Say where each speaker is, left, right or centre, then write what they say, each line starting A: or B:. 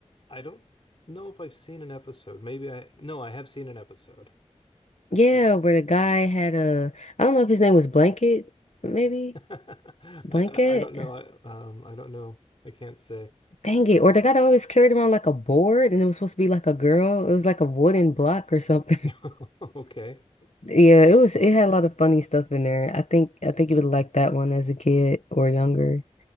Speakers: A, on the left; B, on the left.
A: I don't know if I've seen an episode. Maybe I no, I have seen an episode.
B: Yeah,
A: Yeah,
B: where the guy had a I don't know if his name was Blanket, maybe
A: <laughs> I,
B: Blanket.
A: I I don't know. I um I don't know. I can't say.
B: Dang it! Or the guy that always carried around like a board, and it was supposed to be like a girl. It was like a wooden block or something.
A: <laughs> Okay.
B: Yeah, it was it had a lot of funny stuff in there. I think I think you would like that one as a kid or younger.